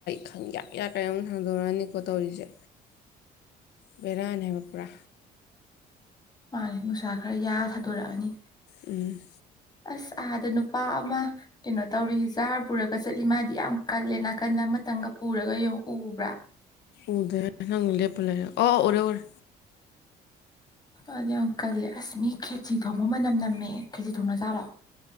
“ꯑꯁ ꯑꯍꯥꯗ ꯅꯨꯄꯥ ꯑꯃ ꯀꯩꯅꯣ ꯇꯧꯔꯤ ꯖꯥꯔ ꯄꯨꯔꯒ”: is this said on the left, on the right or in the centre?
Left